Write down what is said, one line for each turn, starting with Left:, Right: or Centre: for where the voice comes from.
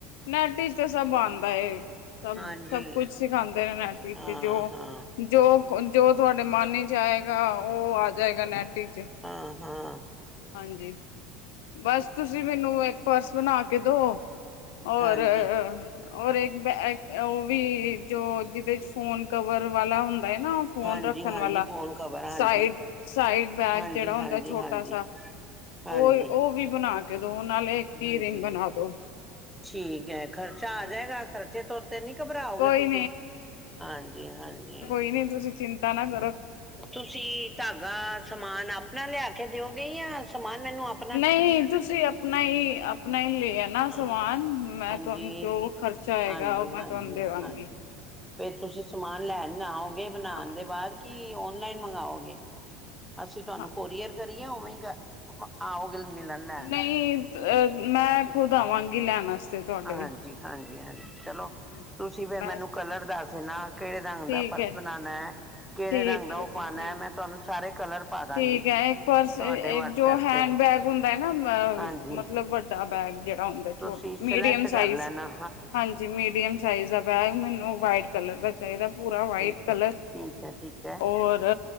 Left: ਨੈਟ ਵਿੱਚ ਤੇ ਸਭ ਆਂਦਾ ਏ - ਸਭ
Centre: ਹਾਂਜੀ
Left: -ਸਭ ਕੁਛ ਸਿਖਾਂਦੇ ਨੇ ਨੈਟ ਵਿੱਚ
Centre: ਹਾਂ-ਹਾਂ,
Left: ਜੋ ਜੋ -ਜੋ ਤੁਹਾਡੇ ਮਨ ਵਿੱਚ ਆਏਗਾ ਉਹ ਆ ਜਾਏਗਾ ਨੈੱਟ ਵਿੱਚ, -
Centre: ਹਾਂ- ਹਾਂ
Left: ਹਾਂਜੀ ਬਸ ਤੁਸੀਂ ਮੈਨੂੰ ਇੱਕ ਪਰਸ ਬਣਾ ਕੇ ਦੋ, ਔਰ
Centre: ਹਾਂਜੀ।
Left: ਔਰ ਇੱਕ-ਇੱਕ ਉਹ ਵੀ ਜੋ ਜਿਹਦੇ ਚ ਫੋਨ ਕਵਰ ਵਾਲਾ ਹੁੰਦਾ ਏ ਨਾ ਉਹ ਫੋਨ
Centre: ਹਾਂਜੀ-ਹਾਂਜੀ
Left: ਰੱਖਣ ਵਾਲਾ
Centre: ਫੋਨ ਕਵਰ ਹਾਂਜੀ,
Left: ਸਾਈਡ -ਸਾਈਡ ਬੈਗ
Centre: ਹਾਂਜੀ-ਹਾਂਜੀ,
Left: ਜਿਹੜਾ ਹੁੰਦਾ ਛੋਟਾ
Centre: ਹਾਂਜੀ।
Left: ਸਾ
Centre: ਹਾਂਜੀ,
Left: ਉਹ -ਉਹ
Centre: ਹਾਂਜੀ
Left: ਵੀ ਬਣਾ ਕੇ ਦੋ ਨਾਲੇ ਇੱਕ
Centre: ਹਾਂਜੀ
Left: ਹੀ ਰਿੰਗ ਬਣਾ ਦੋ
Centre: ਠੀਕ ਏ, ਖਰਚਾ
Left: ਹਾਂਜੀ
Centre: ਆ ਜਾਏਗਾ, ਖਰਚੇ ਤੋਂ- ਤੇ ਨਹੀਂ ਘਬਰਾਓਗੇ
Left: ਕੋਈ
Centre: ਤੁਸੀਂ ਹਾਂਜੀ -ਹਾਂਜੀ -
Left: ਨਹੀਂ-ਨਹੀ ਤੁਸੀਂ ਚਿੰਤਾ ਨਾ ਕਰੋ -
Centre: ਤੁਸੀਂ ਧਾਗਾ, ਸਮਾਨ ਆਪਣਾ ਲਿਆ ਕੇ ਦਿਓਗੇ ਜਾਂ ਸਮਾਨ ਮੈਨੂੰ ਆਪ
Left: ਨਹੀਂ ਤੁਸੀਂ ਆਪਣਾ ਹੀ ਆਪਣਾ ਹੀ ਲੈ ਆਣਾ ਆਪਣਾ
Centre: ਹਾਂ
Left: ਸਮਾਨ ਮੈਂ
Centre: ਹਾਂਜੀ
Left: ਤੁਹਾਨੂੰ ਜੋ ਖ਼ਰਚਾ ਆਏਗਾ,
Centre: ਹਾਂਜੀ
Left: ਉਹ ਮੈਂ
Centre: ਹਾਂਜੀ
Left: ਤੁਹਾਨੂੰ ਦੇਦਾਗੀ
Centre: ਹਾਂਜੀ
Left: -
Centre: ਫੇਰ ਤੁਸੀਂ ਸਮਾਨ ਲੈਣ ਆਓਗੇ ਬਣਾਉਣ
Left: ਹਾਂ
Centre: ਦੇ ਬਾਅਦ ਕਿ ਓਨਲਾਈਨ ਮੰਗਾਓਗੇ, ਅਸੀਂ ਤੁਹਾਨੂੰ
Left: ਹਾਂ
Centre: ਕੋਰੀਅਰ ਕਰੀਏ ਉਵੇਂ ਘ ਆਓਗੇ ਮਿਲਣ ਲੈਣ
Left: ਨਹੀਂ ਅ ਮੈਂ ਖੁਦ ਆਵਾਂਗੀ ਲੈਣ ਵਾਸਤੇ ਤੁਹਾਡੇ
Centre: ਹਾਂਜੀ -ਹਾਂਜੀ -ਹਾਂਜੀ ਚਲੋ
Left: ਹਾਂਜੀ
Centre: ਤੁਸੀਂ ਫੇਰ
Left: ਬਸ
Centre: ਮੈਨੂੰ ਕਲਰ ਦੱਸ ਦੇਣਾ ਕਿਹੜੇ ਰੰਗ
Left: ਠੀਕ
Centre: ਦਾ ਪਰਸ
Left: ਹੈ
Centre: ਬਣਾਉਣਾ ਏ, ਕਿਹੜੇ
Left: ਠੀਕ
Centre: ਰੰਗ ਦਾ
Left: ਹੈ
Centre: ਉਹ
Left: ਜੀ
Centre: ਪਾਉਣਾ
Left: ਠੀਕ
Centre: ਏ, ਮੈਂ ਤੁਹਾਨੂੰ ਸਾਰੇ ਕਲਰ ਪਾ ਦਾਂਗੀ
Left: ਠੀਕ ਐ ਇੱਕ ਪਰਸ
Centre: ਤੁਹਾਡੇ
Left: ਇੱਕ
Centre: ਵਟਸਐਪ
Left: ਜੋ ਹੈਂਡ
Centre: ਤੇ
Left: ਬੈਗ ਹੁੰਦਾ ਹੈ ਨਾ, ਅ
Centre: ਹਾਂਜੀ
Left: ਮਤਲਬ ਵ- ਵੱਡਾ ਬੈਗ ਜੇੜਾ ਹੁੰਦਾ
Centre: ਤੁਸੀਂ
Left: ਛੋਟ
Centre: ਸਿਲੈਕਟ
Left: ਮੀਡੀਅਮ
Centre: ਕਰ
Left: ਸਾਇਜ
Centre: ਲੈਣਾ
Left: ਹਾਂਜੀ ਮੀਡੀਅਮ ਸਾਈਜ਼ ਦਾ ਬੈਗ ਮੈਨੂੰ ਵਾਈਟ ਕਲਰ ਦਾ ਚਾਹੀਦਾ ਪੂਰਾ ਵਾਈਟ
Centre: ਠੀਕ
Left: ਕਲਰ
Centre: ਹੈ ਠੀਕ ਹੈ ਠੀਕ ਹੈ
Left: ਔਰ, ਅ